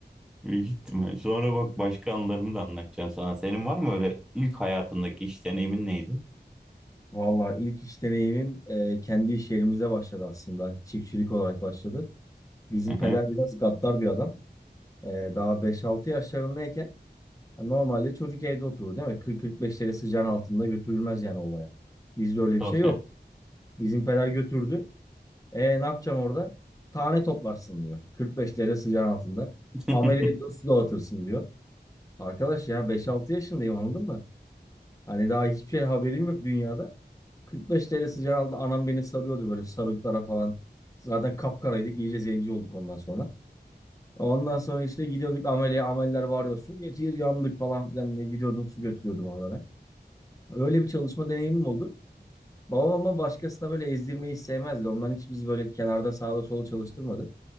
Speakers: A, in the centre; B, on the left (about 20°).
A: Büyük ihtimal. Sonra bak başka anılarımı da anlatacağım sana. Senin var mı öyle ilk hayatındaki iş deneyimin neydi?
B: Valla ilk iş deneyimim e, kendi iş yerimize başladı aslında. Çiftçilik olarak başladı. Bizim
A: Hı
B: peder
A: hı.
B: biraz gaddar bir adam. E, daha beş altı yaşlarındayken yani normalde çocuk evde oturur değil mi? Kırk kırk beş derece sıcağın altında götürülmez yani olaya. Bizde öyle bir
A: Tabii.
B: şey yok. Bizim peder götürdü. E ne yapacağım orada? Tane toplarsın diyor. 45 derece sıcağın altında.
A: <laughs>
B: Amele ediyor su dağıtırsın diyor. Arkadaş ya beş altı yaşındayım anladın mı? Hani daha hiçbir şey haberim yok dünyada. 45 derece sıcağın altında anam beni sarıyordu böyle sarıklara falan. Zaten kapkaraydık iyice zenci olduk ondan sonra. Ondan sonra işte gidiyorduk amele ameller varıyor. Su getir yandık falan filan ne gidiyordum su götürüyordum onlara. Öyle bir çalışma deneyimim oldu. Babam ama başkasına böyle ezdirmeyi sevmezdi. Ondan hiç biz böyle kenarda sağda sola çalıştırmadı.